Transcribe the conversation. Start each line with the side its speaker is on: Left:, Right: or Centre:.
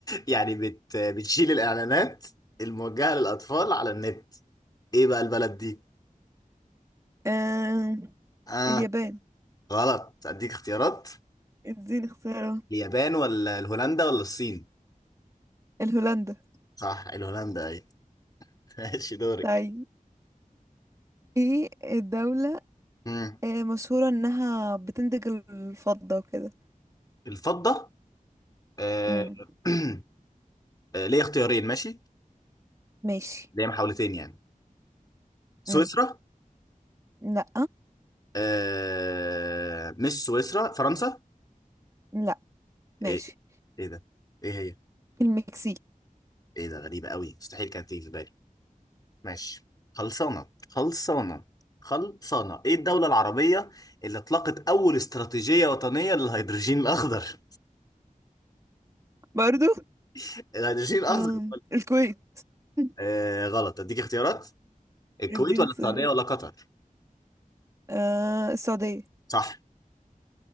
Left: يعني بت بتشيل الاعلانات الموجهه للاطفال على النت ايه بقى البلد دي
Right: آه...
Left: اه
Right: اليابان
Left: غلط اديك اختيارات
Right: اديني اختيارات
Left: اليابان ولا الهولندا ولا الصين
Right: الهولندا
Left: صح الهولندا ايه <laughs> ماشي دورك
Right: طيب ايه الدولة
Left: مم.
Right: آه مشهورة انها بتنتج الفضة وكده
Left: الفضه آه،
Right: امم
Left: <clears throat> آه، ليا اختيارين ماشي
Right: ماشي
Left: ليا محاولتين يعني
Right: امم
Left: سويسرا
Right: لا
Left: آه، مش سويسرا فرنسا
Right: لا ماشي
Left: ايه ايه ده ايه هي
Right: المكسيك
Left: ايه ده غريبة قوي مستحيل كانت تيجي في بالي ماشي خلصانة خلصانة خلصانة ايه الدولة العربية اللي اطلقت اول استراتيجية وطنية للهيدروجين الاخضر
Right: برضو
Left: <laughs> الهيدروجين الاخضر
Right: آم، الكويت <laughs>
Left: آه غلط اديك اختيارات الكويت
Right: اديني
Left: ولا
Right: اختيارات
Left: السعودية ولا قطر
Right: آه السعودية
Left: صح